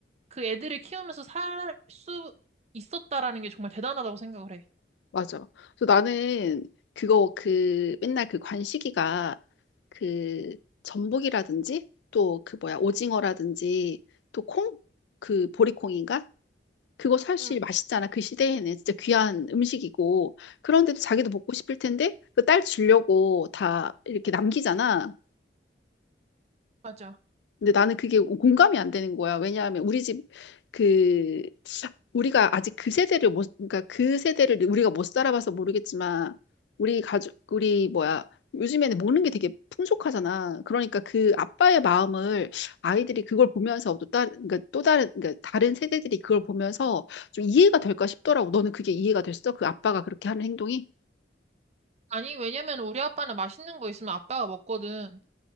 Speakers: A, on the right; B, on the left.
A: 그 애들을 키우면서 살 수 있었다라는 게 정말 대단하다고 생각을 해.
B: 맞아. 그래서 나는 그거 그 맨날 그 관식이가 그 전복이라든지 또 그 뭐야 오징어라든지 또 콩? 그 보리콩인가? 그거 사실
A: 응,
B: 맛있잖아. 그 시대에는 진짜 귀한 음식이고 그런데도 자기도 먹고 싶을 텐데 그 딸 주려고 다 이렇게 남기잖아.
A: 맞아.
B: 근데 나는 그게 공감이 안 되는 거야. 왜냐하면 우리 집 그 우리가 아직 그 세대를 못 그러니까 그 세대를 우리가 못 살아봐서 모르겠지만 우리 가족 우리 뭐야 요즘에는 먹는 게 되게 풍족하잖아. 그러니까 그 아빠의 마음을 아이들이 그걸 보면서 또 다른 그러니까 또 다른 그러니까 다른 세대들이 그걸 보면서 좀 이해가 될까 싶더라고. 너는 그게 이해가 됐어? 그 아빠가 그렇게 하는 행동이?
A: 아니, 왜냐면 우리 아빠는 맛있는 거 있으면 아빠가 먹거든.